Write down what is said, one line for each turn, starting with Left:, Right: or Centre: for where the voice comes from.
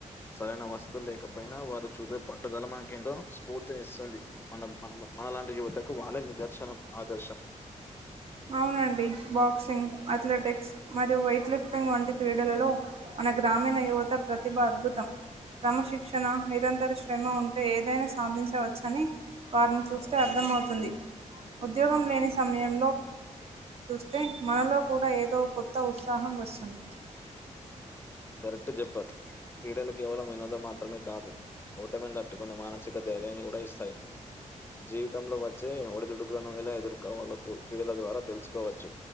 Left: సరైన వసతులు లేకపోయినా వారు చూపే పట్టుదల మనకి ఎంతో స్ఫూర్తినిస్తుంది మన మన మనలాంటి యువతకు వాళ్ళే నిదర్శనం ఆదర్శం
Right: అవునండి బాక్సింగ్, అథ్లెటిక్స్ మరియు వెయిట్ లిఫ్టింగ్ వంటి క్రీడలలో మన గ్రామీణ యువత ప్రతిభ అద్భుతం. క్రమశిక్షణ నిరంత్ సరే, శ్రమ ఉంటే ఏదైనా సాధించవచ్చని వారిని చూస్తే అర్థమవుతుంది. ఉద్యోగం లేని సమయం ఫ్రెండ్స్ మనలో కూడా ఏదో కొత్త ఉత్సాహం వస్తుంది.
Left: కరెక్ట్ చెప్పారు. క్రీడలు కేవలం వినోదం మాత్రమే కాదు. ఓటమిని తట్టుకొనే మనసిక ధైర్యాన్ని కూడా ఇస్తాయి. జీవితంలో వచ్చే ఒడిదుడుకులను ఎలా ఎదుర్కోవాలో క్రీడల ద్వారా తెలుసుకోవచ్చు.